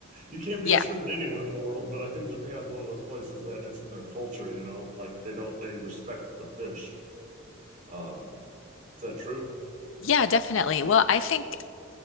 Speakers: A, on the right; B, on the left.
A: You can't be
B: Yeah,
A: certain anywhere in the world, but I think Japan's one of those places that it's in their culture, you know, like they don't they respect the fish. Um, is that true?
B: yeah, definitely. Well, I think